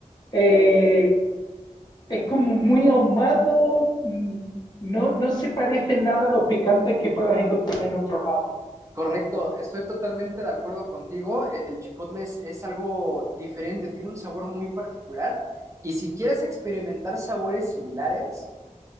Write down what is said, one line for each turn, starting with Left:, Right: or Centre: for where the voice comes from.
Left: Eh, es como muy ahumado, mm, no, no se parece nada a los picantes que puedas encontrar en otro lado,
Right: Correcto, estoy totalmente de acuerdo contigo. E- El chipotle es, es algo diferente, tiene un sabor muy particular. Y si quieres experimentar sabores similares,